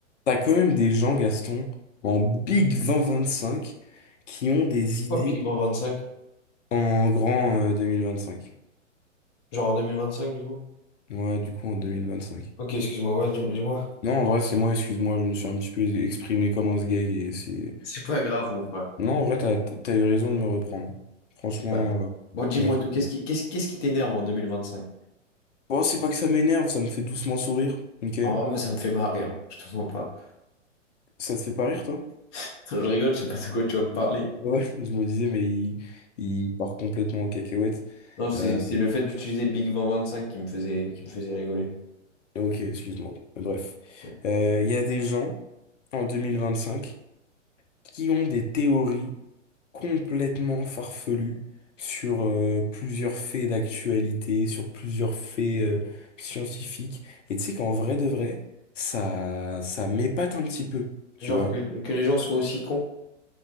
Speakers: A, on the left (about 70°); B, on the left (about 20°).
A: T'as quand même des gens, Gaston, en Big 2025, qui ont des idées
B: Quoi, minimum 25?
A: en grand euh, 2025.
B: Genre en 2025, du coup?
A: Ouais, du coup, en 2025.
B: Ok, excuse-moi, ouais, dis- dis-moi.
A: Non, en vrai, c'est moi, excuse-moi, je me suis un petit peu exprimé comme un sgeg et c'est...
B: C'est pas grave, mon frère.
A: Non, en vrai, t'as, t'as eu raison de me reprendre. Franchement,
B: C'est pas grave.
A: euh,
B: Bon, dis-moi
A: merci.
B: tout. Qu'est-ce qui, qu'est-ce, qu'est-ce qui t'énerve en 2025?
A: Bon, c'est pas que ça m'énerve, ça me fait doucement sourire, ok?
B: En vrai, moi, ça me fait marrer. hein. Je te mens pas.
A: Ça te fait pas rire, toi?
B: <laughs> Je rigole, je sais pas de quoi tu vas me parler.
A: Ouais. <laughs> Je me disais, mais il, il part complètement en cacahuète.
B: Non, c'est,
A: Euh,
B: c'est le fait d'utiliser Big 2025 qui me faisait, qui me faisait rigoler.
A: ok, excuse-moi. Bref.
B: Ouais.
A: Euh, Il y a des gens en 2025 qui ont des théories complètement farfelues sur euh, plusieurs faits d'actualité, sur plusieurs faits euh, scientifiques. Et tu sais qu'en vrai de vrai, ça, ça m'épate un petit peu, tu
B: Genre
A: vois.
B: que, que les gens soient aussi cons.